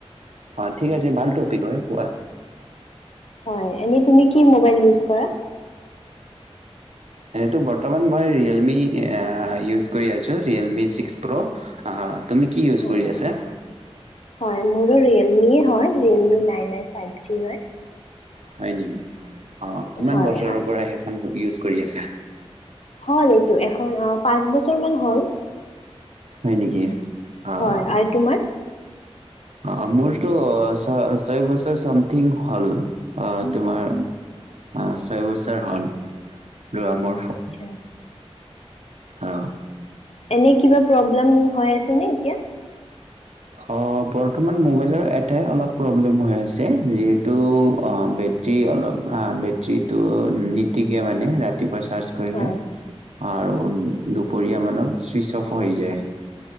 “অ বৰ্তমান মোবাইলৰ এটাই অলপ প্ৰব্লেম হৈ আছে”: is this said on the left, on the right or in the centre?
Right